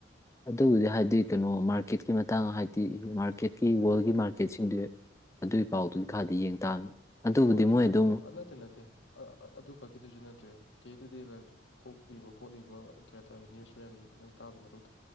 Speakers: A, on the left; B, on the left.
A: ꯑꯗꯨꯕꯨꯗꯤ ꯍꯥꯏꯗꯤ ꯀꯩꯅꯣ ꯃꯥꯔꯀꯦꯠꯀꯤ ꯃꯇꯥꯡ ꯍꯥꯏꯗꯤ ꯃꯥꯔꯀꯦꯠꯀꯤ ꯋꯥꯔꯜꯒꯤ ꯃꯥꯔꯀ ꯁꯤꯡꯗꯨ ꯑꯗꯨꯒꯤ ꯄꯥꯎꯗꯨ
B: ꯎꯝ
A: ꯈꯥꯗꯤ ꯌꯦꯡ ꯇꯥꯕꯅꯤ ꯑꯗꯨꯕꯨꯗꯤ
B: ꯋꯥꯔꯜꯒꯤ
A: ꯃꯣꯏ
B: ꯋꯥꯔ
A: ꯑꯗꯨꯝ
B: ꯑꯗ ꯑ ꯅꯠꯇꯦ ꯅꯠꯇꯦ ꯑꯗꯨ ꯈꯛꯀꯤꯗꯨꯁꯨ ꯅꯠꯇ꯭ꯔꯦ ꯗꯦ ꯇꯨ ꯗꯦ ꯂꯥꯏꯐꯇ ꯊꯣꯛꯂꯤꯕ ꯈꯣꯠꯂꯤꯕ ꯀꯩ ꯍꯥꯏꯇꯥꯔꯦ ꯅ꯭ꯌꯨꯁ ꯃꯌꯥꯝꯁꯦ ꯅꯪ ꯇꯥꯕ ꯃꯊꯧ